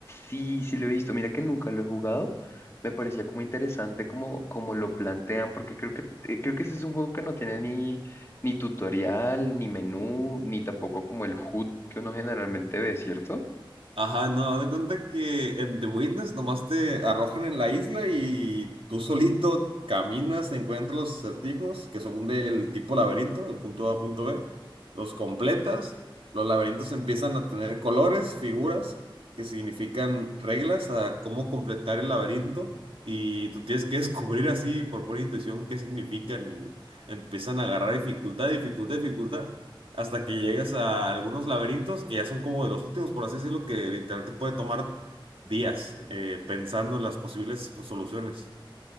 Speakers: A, on the left; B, on the right.
A: sí, sí lo he visto. Mira que nunca lo he jugado. Me parecía como interesante como, como lo plantean, porque creo que, eh, creo que ese es un juego que no tiene ni, ni tutorial, ni menú, ni tampoco como el HUD que uno generalmente ve, ¿cierto?
B: Ajá, no, haz de cuenta que en The Witness nomás te arrojan en la isla y tú solito caminas, encuentras los acertijos que son del tipo laberinto, de punto A a punto B, los completas, los laberintos empiezan a tener colores, figuras que significan reglas a cómo completar el laberinto y tú tienes que descubrir así por pura intuición qué significan y empiezan a agarrar dificultad, dificultad, dificultad hasta que llegas a algunos laberintos que ya son como de los últimos, por así decirlo, que literal te puede tomar días eh, pensando en las posibles pues, soluciones.